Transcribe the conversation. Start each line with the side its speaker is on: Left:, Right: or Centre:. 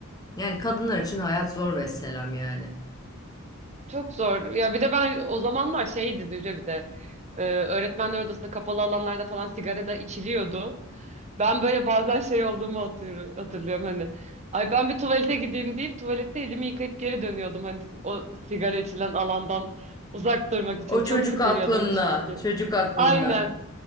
Left: Yani kadınlar için hayat zor vesselam yani.
Right: Çok zor. Ya bir de ben o zamanlar şeydi Zühre bir de e, öğretmenler odasında kapalı alanlarda falan sigara da içiliyordu. Ben böyle bazen şey olduğumu hatır- hatırlıyorum hani. Ay ben bir tuvalete gideyim deyip tuvalette elimi yıkayıp geri dönüyordum hani o sigara içilen alandan uzak durmak için.
Left: O
Right: Çok
Left: çocuk
Right: sıkılıyordum
Left: aklında,
Right: çünkü.
Left: çocuk aklında.
Right: Aynen.